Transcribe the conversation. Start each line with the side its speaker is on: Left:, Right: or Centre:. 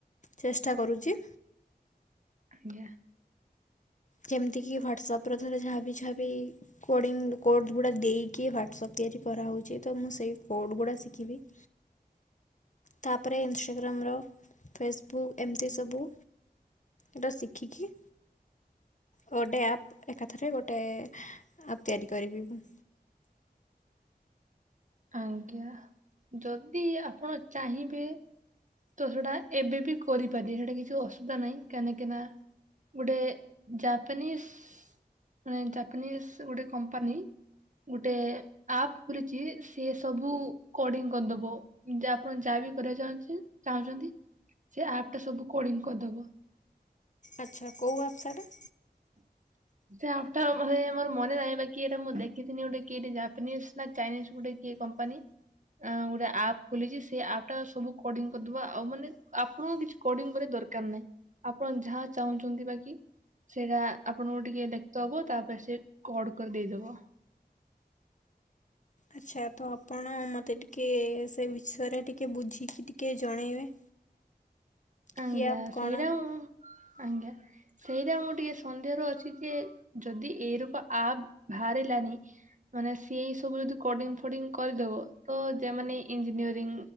Left: ଚେଷ୍ଟା କରୁଛି।
Right: ଆଜ୍ଞା।
Left: ଯେମିତିକି ହ୍ୱାଟସପର ଧର ଯାହାବି ଯାହାବି କୋଡ଼ିଙ୍ଗ କୋଡ଼୍ ଗୁଡ଼ା ଦେଇକି ହ୍ଵାଟ୍ସପ୍ ତିଆରି କରାହେଉଚି ତ ମୁଁ ସେଇ କୋଡ଼୍ ଗୁଡ଼ା ଶିଖିବି। ତାପରେ ଇନଷ୍ଟାଗ୍ରାମର ଫେସବୁକ୍ ଏମିତି ସବୁ ଏଟା ଶିଖିକି ଗୋଟେ ଆପ୍ ଏକାଥରେ ଗୋଟେ ଆପ୍ ତିଆରି କରିବି ମୁଁ।
Right: ଆଜ୍ଞା। ଯଦି ଆପଣ ଚାହିଁବେ ତ ସେଇଟା ଏବେ ବି କରିପାରିବେ ସେଇଟା କିଛି ଅସୁବିଧା ନାହିଁ କାନିକିନା ଗୋଟେ ଜାପାନିସ୍ ମାନେ ଜାପାନିସ୍ ଗୋଟେ କମ୍ପାନୀ ଗୋଟେ ଆପ୍ ଖୋଲିଚି ସିଏ ସବୁ କଡିଙ୍ଗ କରିଦବ। ଯା ଆପଣ ଯାହା ବିି କରିବାକୁ ଚାଉଁଚିନ ଚାହୁଁଚନ୍ତି ସେ ଆପ୍ ଟା ସବୁ କୋଡିଂ କରିଦବ।
Left: ଆଚ୍ଛା କୋଉ ଆପ ସେଟା?
Right: ସେ ଆପ୍ପ ଟା ମାନେ ମୋର ମନେ ନାହିଁ ବାକି ଏଇଟା ମୁ ଦେଖଥିନି ଗୋଟେ କିଏଡେ ଜାପାନିଜ ନା ଚାଇନିଜ୍ ଗୋଟେ କିଏ କମ୍ପାନୀ। ଅ ଗୋଟେ ଆପ୍ ଖୋଲିଚି ସେଇ ଆପ୍ ଟା ସବୁ କଡିଙ୍ଗ କରିଦବା ଆଉ ମାନେ ଆପଣଙ୍କ କିଛି କୋର୍ଡିଙ୍ଗ ବୋଧେ ଦରକାର ନାହିଁ? ଆପଣ ଯାହା ଚାହୁଁଚନ୍ତି ବାକି ସେଇଆ ଆପ୍ ଆପଣଙ୍କୁ ଟିକେ ଦେଖତ ହେବ ତାପରେ ସେ କଡ଼ କରିଦେଇଦେବ।
Left: ଆଚ୍ଛା ତ ଆପଣ ମୋତେ ଟିକେ ସେ ବିଷୟରେ ଟିକେ ବୁଝିକି ଟିକେ ଜଣେଇବେ।
Right: ଆଜ୍ଞା।
Left: କି ଆପ୍ କଣ
Right: ସେଇଟା ଉଁ ଆଜ୍ଞା। ସେଇଟା ମୁଁ ଟିକେ ସନ୍ଦେହ ର ଅଛି ଯେ ଯଦି ଏଇ ରପ ଆପ ବାହାରିଲାଣି ମାନେ ସିଏଇ ସବୁ ଯଦି କୋଡିଙ୍ଗ ଫୋଡିଙ୍ଗ କରିଦବ ତ ଯେମାନେ ଇଞ୍ଜିନିୟରିଂ